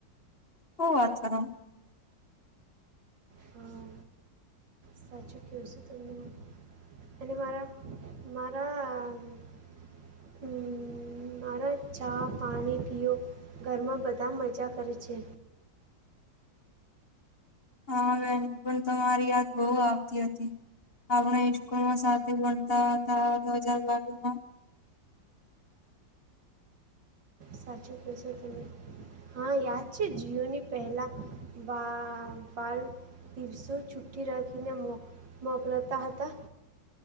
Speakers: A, on the left; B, on the right.
A: હુ વાત કરો?
B: હા, સાચું ક્યોશો તમે આ. અને મારા-મારા મ્મ મારા ચા પાણી પીઓ. ઘરમાં બધા મજા કરે છે.
A: હા, <unintelligible> પણ તમારી યાદ બઉ આ તી હતી, આપણા ઈસ્કૂલમાં સાથે ભણતા હતા, દો હજાર બાવીહ માં.
B: સાચું ક્યો છો તમે. હા, યાદ છે, જીઓની પહેલા વા પાલ દિવસો છુઠ્ઠી રાખીને મોક મોકલાતા હતા.